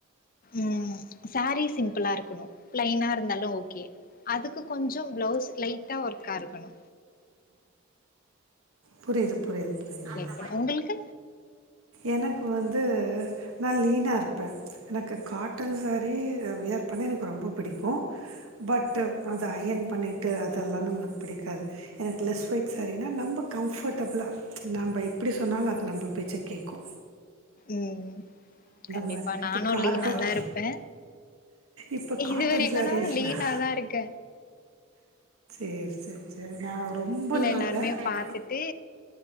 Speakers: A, on the left; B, on the right.
A: ம் சாரிஸ் சிம் ப்புலா இருக்கனு பிளைனா இருந்தாலு ஓகே அதுக்கு கொஞ்சோ பிளவுஸ் லைட்டா ஒர்க்கா இருக்கனு
B: புரியிது புரியிது புரியிது
A: பண்ணுவே. உங்களுக்கு?
B: எனக்கு வந்து நா லீனா இருப்பே எனக்கு காட்டன் சேரீ வியர் பண்ண எனக்கு ரொம்ப பிடிக்கு பட் அத அயன் பண்ணிட்டு அதெல்லா நம்மளுக் பிடிக்காது எனக்கு லெஸ் வெயிட் சேரீனா நம்ப கம்ஃபர்டபிளா நம்ம எப்டி சொன்னாலு அது நம்ப பேச்ச கேக்கு
A: உம் கண்டிப்பா
B: மாதிரி
A: நானு
B: இப்போ காட்டன்
A: லீனாதா இருப்ப
B: இப்போ காட்டன்
A: இது வரைக்கனு
B: சாரீஸ்லாம்
A: லீனாதா இருக்க
B: சேரி சேரி சேரி நா ரொம்ப லீன்
A: எல்லாருமே
B: இல்ல
A: பாத்துட்டு